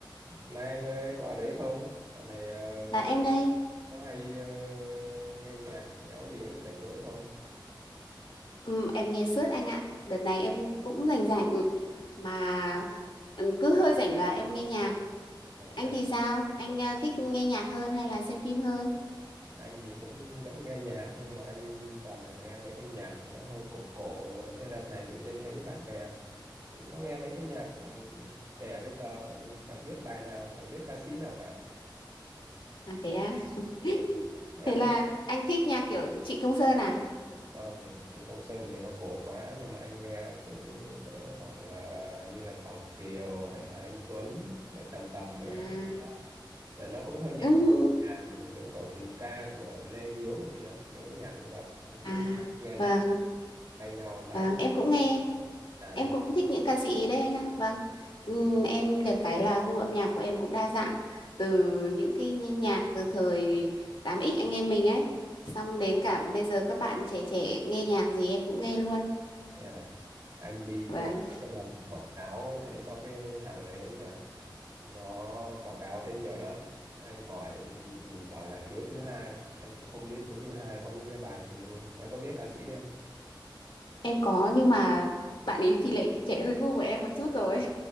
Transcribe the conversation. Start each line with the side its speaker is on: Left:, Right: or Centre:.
Right: Mai anh ơi có ở đấy không? Dạo này ờ,
Left: Dạ
Right: có
Left: em đây,
Right: hay, có hay ờ, nghe nhạc nhẽo gì lúc rảnh rỗi không?
Left: ừ, em nghe suốt anh ạ. Đợt này em cũng rảnh rảnh mà ừ, cứ hơi rảnh là em nghe nhạc.
Right: Ờ,
Left: Anh
Right: thế à?
Left: thì sao? Anh à, thích nghe nhạc hơn hay là xem phim hơn?
Right: Anh thì cũng vẫn nghe nhạc nhưng mà anh toàn là nghe mấy cái nhạc nó hơi cổ cổ rồi. Thế đợt này tự nhiên thấy bạn bè nó nghe mấy cái nhạc ừ, trẻ bây giờ mình chẳng biết bài nào, chẳng biết ca sĩ nào cả.
Left: À thế à? <laughs>
Right: Ừ. Thế em
Left: Thế là
Right: hay
Left: anh thích nhạc kiểu Trịnh Công Sơn à?
Right: Không, Trịnh Công Sơn thì nó cổ quá nhưng mà anh nghe cứ cỡ khoảng à, như là Bằng Kiều hay Hà Anh Tuấn đấy tầm tầm mấy
Left: À,
Right: ca sĩ đó rồi nó cũng hơi nhẹ
Left: ừ,
Right: nhàng giống kiểu tình ca của Lê Hiếu hay gì đó mấy cái nhạc như vậy anh
Left: à
Right: cứ nghe nghe lại
Left: vâng,
Right: thay nhau mãi
Left: vâng em cũng nghe.
Right: à
Left: Em
Right: thế
Left: cũng
Right: à?
Left: thích những ca sĩ ý đấy anh ạ. Vâng. Ừm,
Right: Ừ.
Left: em được cái là gu âm nhạc của em cũng đa dạng từ những cái nhi- nhạc từ thời tám x anh em mình ấy, xong đến cả bây giờ các bạn trẻ trẻ nghe nhạc gì em cũng nghe luôn.
Right: Thế à? Anh đi
Left: Vâng.
Right: qua mấy cái lần quảng cáo thấy có cái thằng ấy mà nó quảng cáo thấy nhiều lắm. Anh hỏi thì bảo là Hiếu thứ hai. Anh cũng không biết Hiếu thứ hai có những cái bài gì luôn. Em có biết ca sĩ đấy không?
Left: Em có nhưng mà bạn ấy thì lại trẻ hơn gu của em một chút rồi.